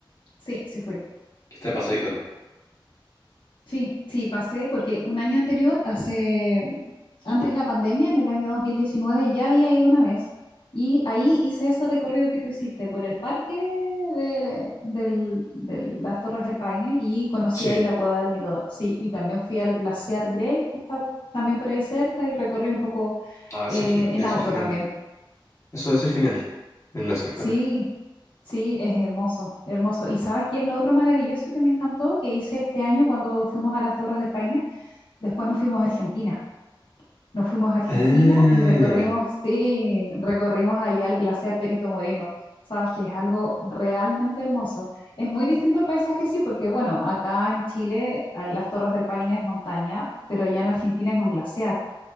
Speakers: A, on the left; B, on the left.
A: Sí, sí fui.
B: que está de pasadita.
A: Sí, sí, pasé porque un año anterior, hace, antes de la pandemia, en el año 2019 ya había ido una vez y ahí hice ese recorrido que tú hiciste por el parque del- del- de, las Torres del Paine y conocí
B: Sí.
A: ahí la Cueva del Milodón. Sí, y también fui al Glaciar Grey, que está también por ahí cerca, y recorrí un poco
B: Ah,
A: eh,
B: eso es gen- debe
A: en auto
B: ser genial.
A: también.
B: Eso debe ser genial. En la cierta
A: Sí,
B: también.
A: sí, es hermoso, hermoso. ¿Y sabes qué es lo otro maravilloso que me encantó que hice este año cuando fuimos a las Torres del Paine? Después nos fuimos a Argentina. Nos fuimos a Argentina
B: Ah,
A: y recorrimos, sí, recorrimos allá el glaciar Perito Moreno. Sabes que es algo realmente hermoso. Es muy distinto el paisaje, sí, porque bueno, acá en Chile a las Torres del Paine es montaña, pero allá en Argentina es un glaciar.